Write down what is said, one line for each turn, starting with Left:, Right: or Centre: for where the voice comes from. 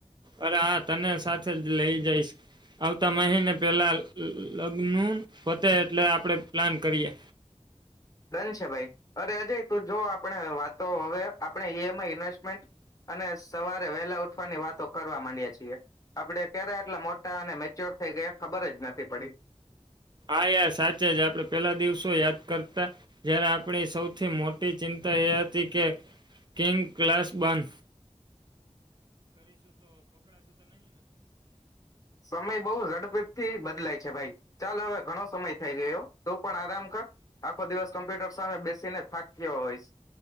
Right: અરે હા તને સાથે જ લઈ જઈશ. આવતા મહિને પેલા લગ્ન પતે એટલે આપણેે પ્લાન કરીએ.
Left: ડન છે ભાઈ. અરે અજય તું જો આપણે વાતો હવે આપણે ઈ એમ આઈ ઇન્વેસ્ટમેન્ટ અને સવારે વહેલા ઉઠવાની વાતો કરવા માંડીયે છીએ. આપડે ક્યારે આટલા મોટા અને મેચ્યોર થઈ ગયા ખબર જ નથી પડી.
Right: હા યાર સાચે જ આપડણે પેલા દિવસો યાદ કરતા જ્યારે આપણી સૌથી મોટી ચિંતા એ હતી કે કિંગ ક્લાસબન
Left: સમય બહુ ઝડપી થી બદલાય છે. ભાઈ ચાલ હવે ઘણો સમય થઈ ગયો તું પણ આરામ કર આખો દિવસ કોમ્પ્યુટર સામે બેસીને થાક્યો હોયશ